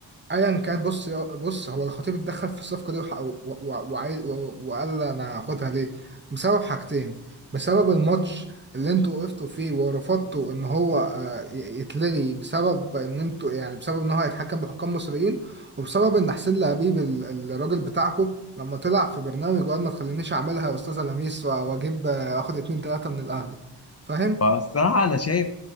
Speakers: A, on the right; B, on the left.
A: ايا كان بص بص هو الخطيب اتدخل في الصفقه دي وح- و- و- وعايز و- وقال انا هاخدها ليه بسبب حاجتين بسبب الماتش اللي انتوا وقفتوا فيه ورفضتوا ان هو آه، ي- يتلغي بسبب ان انتوا يعني بسبب ان هو هيتحكم بحكام مصريين وبسبب ان حسين لبيب ال- الراجل بتاعكو لما طلع في برنامج وقال ما تخلينيش اعملها يا استاذه لميس و- واجيب آه، اخد اتنين تلاته من الاهلي فاهم
B: فبصراحة انا شايف